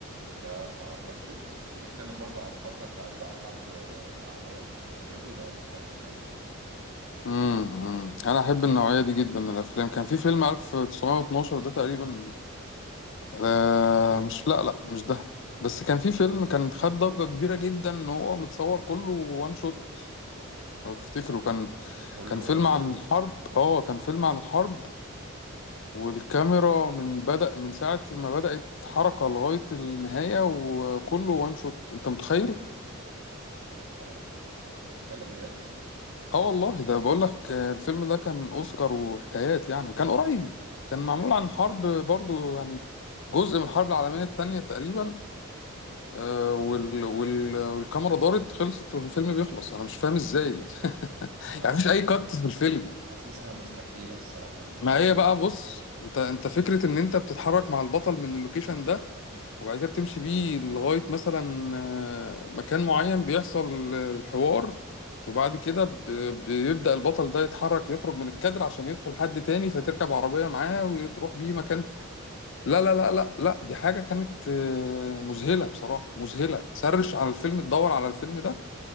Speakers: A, on the right; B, on the left.
A: ده بتاع براد بيت وبيتكلم برضو عن فترة بتاعت بقى حرب آه، العالمية ال- مش فاكر الأولى ولا التانية حاجة كده
B: امم أمم. انا احب النوعية دي جدا من الافلام كان في فيلم 1912 ده تقريبا آه مش لا لا مش ده بس كان في فيلم كان خد ضجة كبيرة جدا ان هو متصور كله وان شوت لو تفتكروا كان
A: كله
B: كان فيلم
A: وان شوت
B: عن الحرب اه كان فيلم عن الحرب والكاميرا من بدأ من ساعة ما بدأت حركة لغاية النهاية وكله وان شوت انت متخيل؟
A: أنا أنت بتتكلم بجد
B: اه والله ده بقول لك آه، الفيلم ده كان اوسكار وحكايات يعني كان قريب كان معمول عن حرب برضو يعني جزء من الحرب العالمية التانية تقريبا آه، وال... وال... والكاميرا دارت خلصت والفيلم بيخلص انا مش فاهم ازاي <laughs>
A: أنا
B: يعني
A: حاس...
B: مفيش اي كات في الفيلم
A: حاسسها مستحيلة الصراحة إن حد
B: ما هي
A: إيه
B: بقى بص انت انت فكرة ان انت بتتحرك مع البطل من اللوكيشن ده وبعد كده بتمشي بيه لغاية مثلا آه، مكان معين بيحصل الحوار وبعد كده ب... بيبدأ البطل ده يتحرك يخرج من الكادر عشان يدخل حد تاني فتركب عربية معاه وتروح بيه مكان لا لا لا لا لا دي حاجة كانت آه، مذهلة بصراحة مذهلة سرش على الفيلم تدور على الفيلم ده